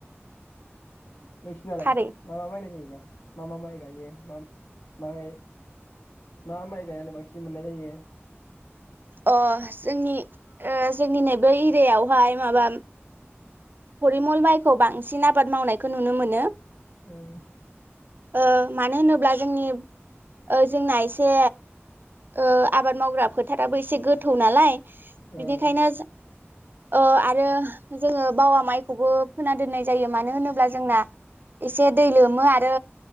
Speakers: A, on the left; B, on the right.
A: नोंसिनालाय
B: थारै
A: मा मा बायनाय जायोबा मा मा माइ गायो मा? माय मा माइ गायनानै बांसिन मोननाय जायो?
B: अ जोंनि ओ जोंनि नैबे एरियायावहाय माबा फरिमल माइखौ बांसिन आबाद मावनायखौ नुनो मोनो
A: ओं
B: ओ मानो होनोब्ला जोंनि ओ जोंना एस से ओ आबाद मावग्रा फोथाराबो एसे गोथौ नालाय
A: ओं
B: बिनिखायनो ओ आरो जोङो बावा माइखौबो फोना दोननाय जायो मानो होनोब्ला जोंना एसे दै लोमो आरो